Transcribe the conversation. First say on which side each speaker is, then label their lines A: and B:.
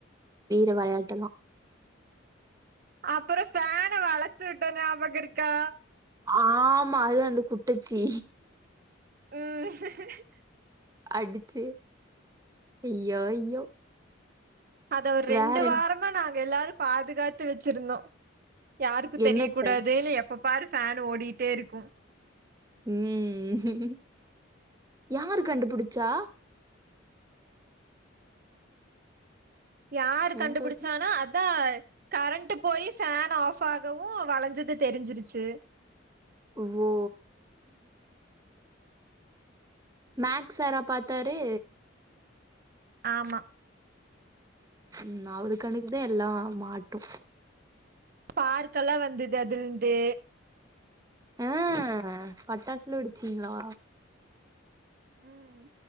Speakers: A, on the right; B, on the right.
A: வீர வெளயாட்டல்லா
B: அப்பறொ ஃபேன வளச்சுவுட்டொ ஞாபக இருக்கா
A: ஆமா அது அந்த குட்டச்சி
B: ம்
A: அடிச்சு ஐயோ ஐயோ
B: அத ஒரு ரெண்டு
A: வேற
B: வாரமா
A: என்ன
B: நாங்க எல்லாரு பாதுகாத்து வச்ருந்தோ யாருக்கு தெரிய
A: என்னத்த?
B: கூடாதுன்னு எப்ப பாரு ஃபேன் ஓடிட்டேருக்கு
A: ம் யாரு கண்டுபுடிச்சா
B: யாரு கண்டுபிடிச்சானா
A: என் தோழி.
B: அதா கரண்ட் போய் ஃபேன் ஆஃப் ஆகவு வளஞ்சது தெரிஞ்சிருச்சு
A: ஓ மேக்ஸ் சார் ஆ பாத்தாரு
B: ஆமா
A: ம் அவரு கண்ணுகு தா எல்லா மாட்டு
B: பார்க்கெல்லா வந்தது அதுலருந்து
A: ஆ பட்டாசெல்லா வெடிச்சீங்களா
B: ம்